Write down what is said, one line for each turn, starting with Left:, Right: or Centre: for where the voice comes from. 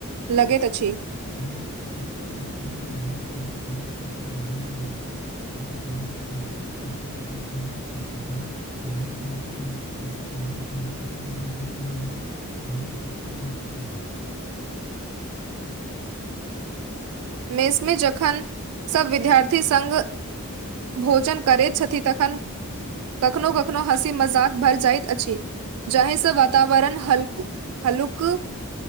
Right: लगैत अछि
Left: हमरा तऽ सभसँ बेसी घरक भात दाल आलूक चोखा बैगान भरता आ मायक हाथे चटनी आ अवध अछि कारण साधारण भोजन होत ओतय स्वादिष्ट लागल छै जे दू तन बार लेबाक इच्छा कर
Right: मेसमे जखन सब विद्यार्थी संघ भोजन करैत छथि तखन कखनो कखनो हँसी मजाक भर जाइत अछि जाहिसँ वातावरण हल्कू हलुक